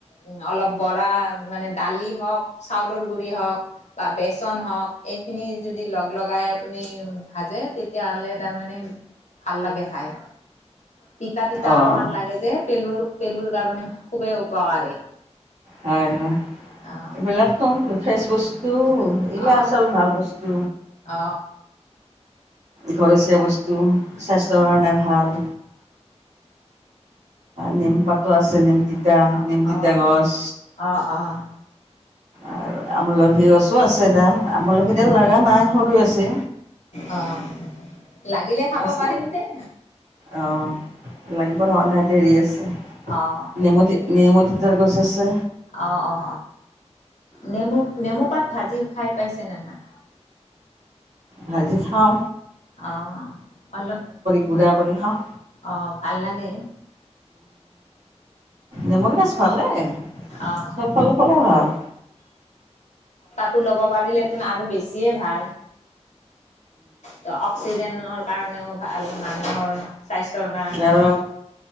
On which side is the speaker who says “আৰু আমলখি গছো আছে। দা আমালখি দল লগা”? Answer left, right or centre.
Right